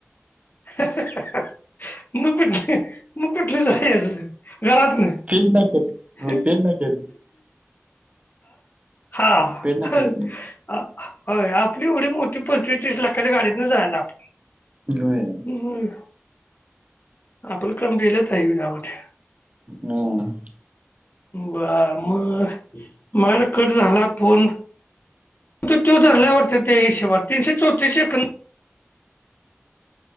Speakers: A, on the left (about 45°); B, on the right (about 30°).
A: हा हा मग कुठनं, मग कुठनं जायाचं? घरातनं
B: पेट नाक्यात हो
A: ह
B: पेट नाक्यात
A: ह आ
B: पेट नाक्यावरनं
A: हा आ, होय आपली एवढी मोठी पंचवीस तीस लाखाच्या गाडीतनं जायाच आपण.
B: घिऊया
A: होय आपलं काम दिलं ताई राहुद्या.
B: हां.
A: बर मग, मग आता कट झाला फोन तो धरला वाटतं तो हिशेबात, तीनशे चौतीस शेकं